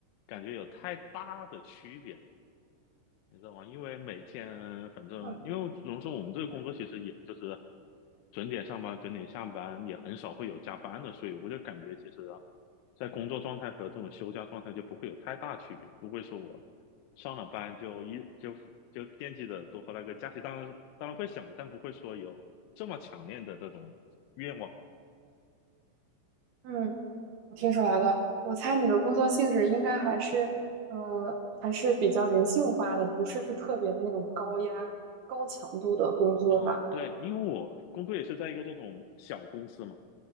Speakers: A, on the left; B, on the right.
A: 感觉有太大的区别。你知道吗？因为每天反正，
B: 嗯
A: 因为怎么说，我们这个工作其实也就是准点上班、准点下班，也很少会有加班的，所以我就感觉其实，在工作状态和这种休假状态就不会有太大区别，不会说我上了班就一就就惦记着多喝那个假期，当然当然会想，但不会说有这么强烈的这种愿望。
B: 嗯，我听出来了，我猜你的工作性质应该还是呃还是比较人性化的，不是特别的那种高压、高强度的工作吧？
A: 嗯，对，因为我工作也是在一个这种小公司嘛，